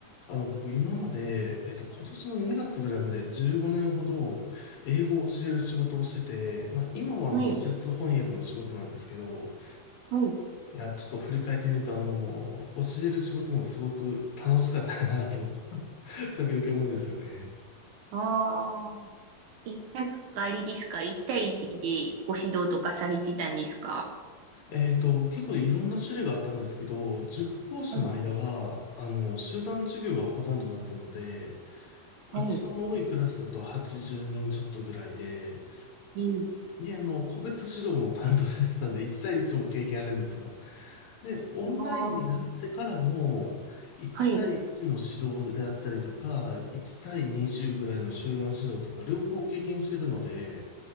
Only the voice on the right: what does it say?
はい、はい。
ああ、え、なんかあれですか ?1 対1でご指導とかされてたんですか
はい、
はい、いい
なあ。
はい、